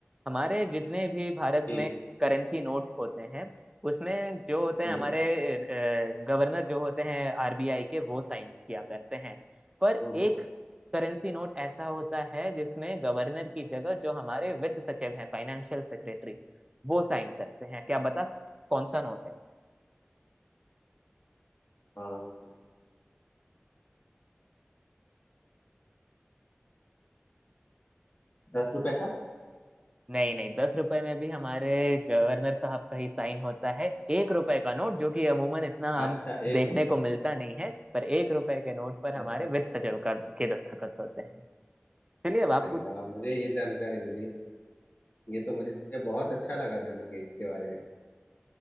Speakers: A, on the right; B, on the left.
A: हमारे जितने भी भारत
B: जी
A: में करेंसी नोट्स होते हैं उसमें जो होते
B: हम्म
A: हैं हमारे गवर्नर जो होते हैं आरबीआई के वो साइन किया करते हैं पर
B: हम्म हम्म,
A: एक करेंसी नोट ऐसा होता है जिसमें गवर्नर की जगह जो हमारे वित्त सचिव हैं फाइनेंशियल सेक्रेटरी वो साइन करते हैं क्या आप बता सकते हैं कौन सा नोट है
B: हाँ दस रुपए का
A: नहीं नहीं दस रुपए में भी हमारे गवर्नर साहब का ही साइन होता है एक रुपए का नोट जो कि अमूमन इतना
B: अच्छा
A: हम
B: एक
A: देखने
B: रुपये
A: को मिलता नहीं है पर एक रुपए के नोट पर हमारे
B: अच्छा अच्छा
A: वित्त सचिव का के दस्तखत होते हैं चलिए अब आप
B: अरे
A: पूछ
B: वाह मुझे ये जानकारी मिली ये तो मुझे बहुत अच्छा लगा जान के इसके बारे में